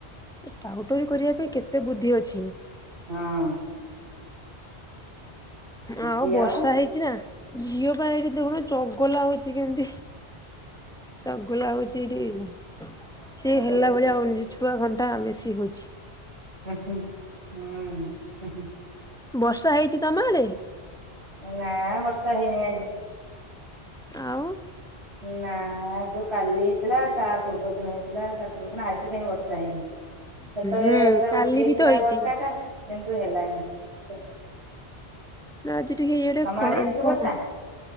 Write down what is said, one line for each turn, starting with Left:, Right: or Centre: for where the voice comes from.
Centre: ଏ ଟାଉଟରୀ କରିବା ପାଇଁ କେତେ ବୁଦ୍ଧି ଅଛି
Right: ହଁ
Centre: ଆଉ
Right: ଝିଅ
Centre: ବର୍ଷା ହେଇଛି ନା? ଝିଅ ପା ଏଠି ଦେଖୁନୁ ଚଗଲା ହଉଛି କେମିତି ଚଗୁଲା ହେଉଛି ଏଇଠି ସିଏ
Right: କଣ କରିବୁ
Centre: ହେଲା ଭଳିଆ
Right: ସବୁ।
Centre: ହେଉନି ସେ ଛୁଆ ଘଣ୍ଟା ବେଶୀ ହେଉଛି
Right: ଉ ହୁ ହ ହୁଁ
Centre: ବର୍ଷା ହେଇଛି ତମ ଆଡ଼େ
Right: ନା ବର୍ଷା ହେଇନି ଆଜି
Centre: ଆଉ
Right: ନା ଯୋଉ କାଲି ହେ ଇଥିଲା ତା ପୂର୍ବ ଦିନ ହେଇଥିଲା ତା ପୂର୍ବ ଦିନ ଆଜି କାହିଁ ବର୍ଷା ହେଇନି ସେତେବେଳେ
Centre: ହୁଁ
Right: ପୁରା
Centre: କାଲି
Right: ଉଠେଇଥିଲା
Centre: ବି ତ ହେଇଛି
Right: ବର୍ଷା ଟା କିନ୍ତୁ ହେଲାନି ସେ
Centre: ଆଜି ଟିକେ ଇଆଡ଼େ
Right: ତମ
Centre: କଣ
Right: ଆଡେ ହେଇଛି କି
Centre: କଣ
Right: ବର୍ଷା